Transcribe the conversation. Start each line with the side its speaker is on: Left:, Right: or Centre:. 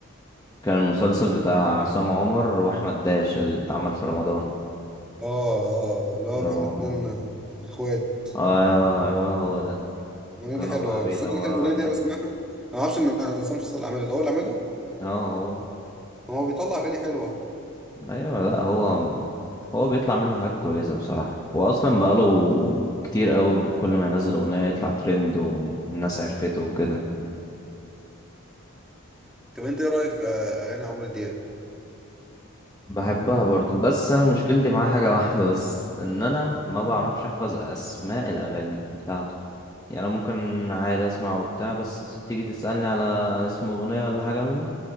Left: كان المسلسل بتاع عصام عمر وأحمد داش اللي اتعمل في رمضان
Centre: اه اه لا
Left: لو-
Centre: كان اتنين اخوات
Left: آه أيوه هو ده
Centre: الاغنيه
Left: كانوا
Centre: دي حلوه
Left: بقى بيدوروا
Centre: انا الصدق كده الاغنيه
Left: عليه
Centre: دي أنا بسمعها انا ما اعرفش ان عصام صاصا اللي عاملها ده هو اللي عاملها
Left: اه هو
Centre: طب هو بيطلع اغاني حلوه اهو
Left: ايوه لا هو هو بيطلع منه حاجات كويسه بصراحه واصلا بقاله كتير قوي كل ما ينزل اغنيه يطلع ترند والناس عرفته وكده
Centre: طب انت ايه رايك في اغاني عمرو دياب
Left: بحبها برضو بس انا مشكلتي معاه حاجه <laughs> واحده بس ان انا ما بعرفش احفظ اسماء الاغاني بتاعته يعني انا ممكن عادي اسمع وبتاع بس تيجي تسالني على اسم اغنيه ولا حاجه منه